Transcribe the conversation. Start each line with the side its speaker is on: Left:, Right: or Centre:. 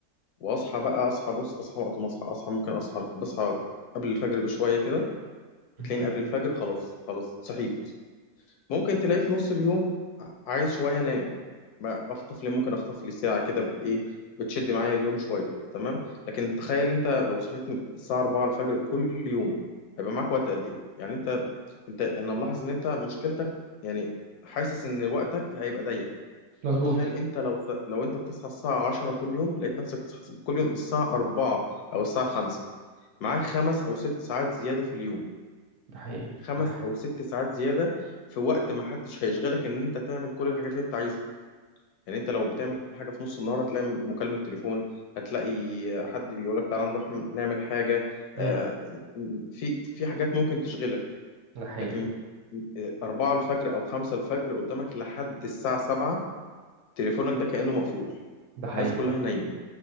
Left: واصحى بقى اصحى بص اصحى وقت ما اصحى اصحى ممكن اصحى بصحى قبل الفجر بشويه كده
Right: مم.
Left: بتلاقيني قبل الفجر خلاص خلاص صحيت ممكن تلاقي في نص اليوم ع- عايز شويه انام ما اخطف لي ممكن اخطف لي ساعه كده بت ايه بتشد معايا اليوم شويه تمام لكن تخيل انت لو صحيت الساعه 4 الفجر كل يوم هيبقى معاك وقت قد ايه يعني انت انت انا ملاحظ ان انت مشكلتك يعني حاسس ان وقتك هيبقى ضيق
Right: مظبوط
Left: طب تخيل انت لو س- لو انت بتصحى الساعه 10 كل يوم لقيت نفسك بتصحى كل يوم الساعه 4 او الساعه 5 معاك خمس او ست ساعات زياده في اليوم
Right: ده حقيقي
Left: خمس
Right: ده حقيقي
Left: او ست ساعات زياده في وقت ما حدش هيشغلك ان انت تعمل كل الحاجات اللي انت عايزها يعني انت لو بتعمل حاجه في نص النهار هتلاقي مكالمه تليفون هتلاقي حد بيقول لك تعالى نروح نعمل حاجه
Right: مم.
Left: آه، في في حاجات ممكن تشغلك
Right: ده حقيقي
Left: لكن آه، أربعة الفجر أو خمسة الفجر قدامك لحد الساعة سبعة تليفونك ده كأنه مقفول
Right: ده حقيقي
Left: الناس كلها نايمة